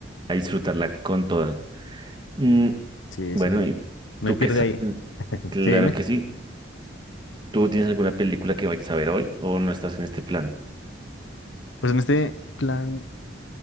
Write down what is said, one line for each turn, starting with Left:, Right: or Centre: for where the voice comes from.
Right: a disfrutarla con toda. Mm,
Left: Sí,
Right: bueno,
Left: sí, sí.
Right: ¿y
Left: No
Right: tú
Left: hay pierde
Right: qué estás
Left: ahí.
Right: haciendo?
Left: <laughs>
Right: Claro
Left: Sí, dime.
Right: que sí. ¿Tú tienes alguna película que vayas a ver hoy o no estás en este plan?
Left: Pues en este plan